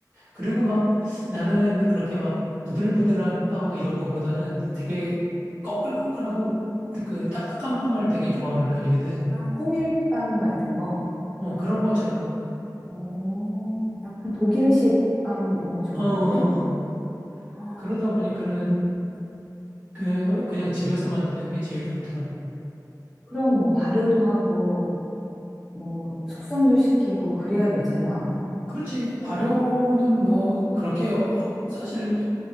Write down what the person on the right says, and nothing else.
그리고 막 나는
그렇게 막 부들부들한 빵 이런 거보다는 되게 꺼끌꺼끌하고 그 딱딱한 빵을 되게 좋아하는 편이거든.
어, 그런 것처럼.
어, 어, 어.
그러다 보니까는
그 그냥 집에서 만드는 게 제일 좋더라고.
그렇지. 발효는 뭐 그렇게 어- 어, 사실